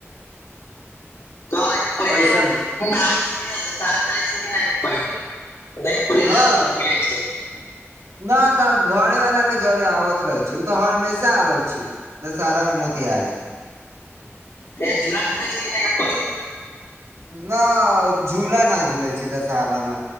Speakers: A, on the left; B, on the right.
A: तऽ पहिले
B: ऐसन
A: ओ आइ छै कि नहि सारे मे आइ छै कि नहि पहिले
B: हं
A: पहिले ना रउआ से मिलै छै
B: न तऽ घरे वाला के जरे आबैत रहै छै उ तऽ हमेशा आबै छे दशहरा मे मोतिहारी
A: तें झुला झुलाै छै कि नहि पहिले
B: न झूला न झूले छै दशहरा मे